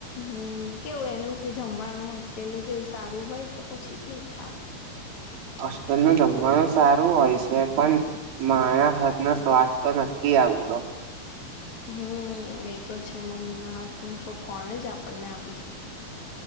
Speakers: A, on the left (about 50°); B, on the right (about 70°).
A: હમ, કેવું? એનું જમવાનું હોસ્ટેલ નું કેવું? સારું હોય કે પછી ઠીકઠાક?
B: હોસ્ટેલ ન જમવાનું સારું હોય છે, પણ મારા હાથ ન સ્વાદ તો નથી. આવું તો
A: <unintelligible> હમ, એતો છે. મમ્મીના હાથ ન તો કોણ જ આપણને આપી શકે?